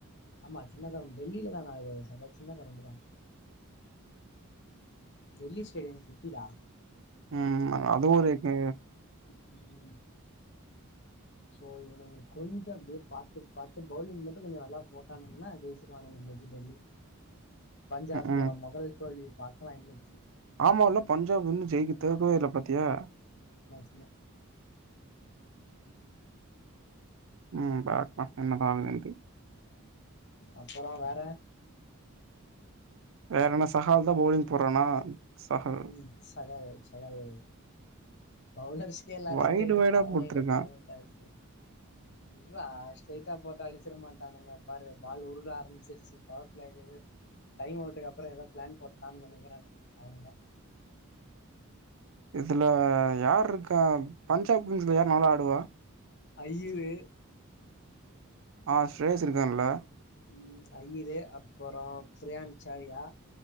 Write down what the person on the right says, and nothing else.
ம் அது ஒரு ம்
ம் ம்
ஆமால்ல பஞ்சாப் இன்னு ஜெயிக் தோக்கவே இல்ல பாத்தியா.
ம் பாக்லா என்னதா ஆகுதுண்ட்டு.
வேற என்ன சஹால் தா ஃபௌவுலிங் போட்றானா சஹல்
வைடு
வைடா
போட்ருக்கா
இதுல யார் இருக்கா பஞ்சாப் டீம்ல யார் நல்லா ஆடுவா
ஆஹ் சுரேஸ் இருக்கான்ல